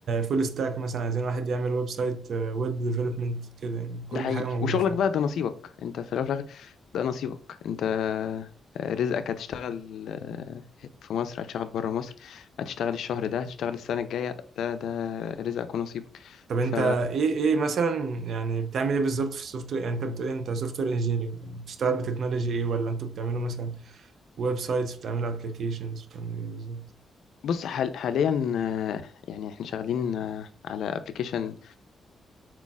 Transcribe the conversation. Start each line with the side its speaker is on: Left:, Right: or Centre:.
Right: فول ستاك مثلا عايزين واحد يعمل ويب سايت ويب ديفلوبمنت كده يعني كل
Left: ده حقيقي
Right: حاجه موجوده
Left: وشغلك
Right: فعلا
Left: بقى ده نصيبك انت في الاول وفي الاخر ده نصيبك انت آه، رزقك هتشتغل آه، في مصر هتشتغل بره مصر هتشتغل الشهر ده هتشتغل السنة الجاية ده ده رزقك ونصيبك
Right: طب انت
Left: ف
Right: ايه ايه مثلا يعني بتعمل ايه بالظبط في السوفت وير يعني انت بتقول إيه؟ انت سوفت وير انجينيرنج بتشتغل بتكنولوجي ايه ولا انتوا بتعملوا مثلا ويب سايتس بتعملوا ابلكيشنز بتعملوا ايه بالظبط
Left: بص حال حاليا آه، يعني احنا شغالين آه، على ابلكيشن